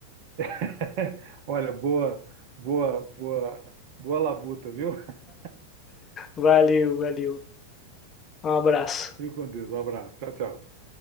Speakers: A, on the right (about 45°); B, on the left (about 25°).
A: <laughs> olha, boa, boa, boa, boa labuta, viu? <laughs>
B: Valeu, valeu. Um abraço.
A: Fique com Deus. Um abraço. Tchau, tchau.